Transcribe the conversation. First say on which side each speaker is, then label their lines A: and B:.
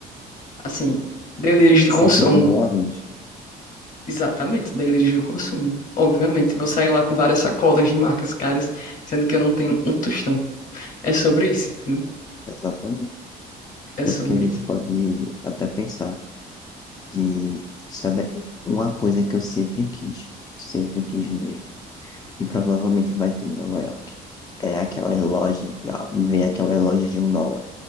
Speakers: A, on the left (about 50°); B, on the left (about 25°).
A: assim, delírios de
B: Só
A: consumo.
B: se vive uma vez.
A: Exatamente, delírio de consumo. Obviamente, vou sair lá com várias sacolas de marcas caras, sendo que eu não tenho um tostão. É sobre isso, entendeu?
B: Exatamente.
A: É
B: Tanto
A: sobre
B: que a gente
A: isso.
B: pode até pensar de, sabe, uma coisa que eu sempre quis, sempre quis mesmo, e provavelmente vai ter em Nova York, é aquelas lojas, ah, vem aquelas lojas de um dólar,